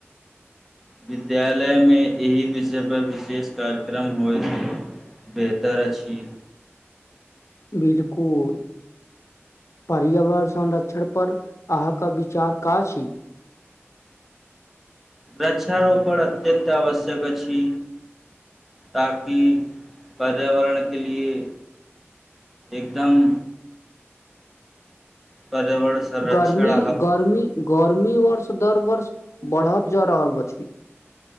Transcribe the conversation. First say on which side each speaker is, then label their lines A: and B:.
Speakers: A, in the centre; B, on the left (about 80°).
A: विद्यालयमे एहि विषय पर विशेष कार्यक्रम होइत अछि। बेहतर अछि।
B: बिलकुल पर्यावरण संरक्षण पर अहाँके विचार का छी?
A: वृक्षारोपण अत्यंत आवश्यक अछि। ताकि पर्यावरणके लिए एकदम पर्यावरण संरक्षण
B: गर्मी
A: अहाँ
B: गर्मी गर्मी वर्ष दर वर्ष बढ़त जा रहल अछि।